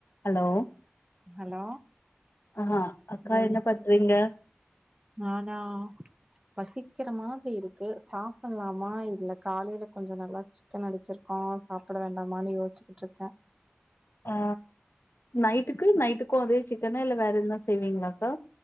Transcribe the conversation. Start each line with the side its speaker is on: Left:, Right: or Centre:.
Left: ஹலோ
Right: ஹலோ
Left: ஆ அக்கா
Right: ம்
Left: என்ன பண்றீங்க
Right: நானா பசிக்கிற மாதிரி இருக்கு சாப்புல்லாமா இல்ல காலைல கொஞ்சோ நல்லா சிக்கன் அடிச்சிருக்கோ சாப்புட வேண்டாமான்னு யோசிச்சுட்டுருக்கோ
Left: ஆ நைட்டுக்கு நைட்டுக்கு அதே சிக்கனா இல்ல வேற எதுனா செய்வீங்ளாக்கா